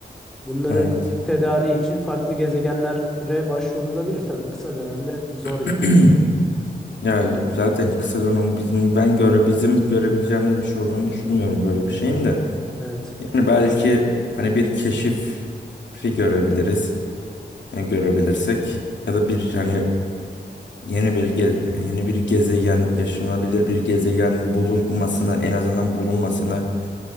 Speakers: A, in the centre; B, on the left.
A: Bunların
B: Evet.
A: tedariği için farklı gezegenlere başvurulabilir tabii kısa dönemde zor
B: <clears throat>
A: gibi ama.
B: Ya zaten kısa dönem bizim ben göre bizim görebileceğimiz bir şey olduğunu düşünmüyorum böyle bir şeyin de.
A: Evet
B: Yani belki hani bir keşifi görebiliriz, yani görebilirsek ya da bir hani yeni bir ge- yeni bir gezegen, yaşanabilir bir gezegenin bulunmasına, en azından bulunmasına